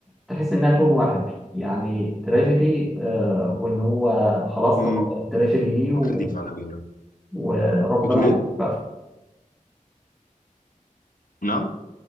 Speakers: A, in the centre; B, on the left.
A: تحس انها تون واحد يعني تراجيدي آه وان هو خلاص
B: امم
A: تقبل التراجيدي دي و...
B: دي فعلا قوي يعني
A: وربنا
B: بتقول
A: يعمل
B: ايه
A: بقى
B: نعم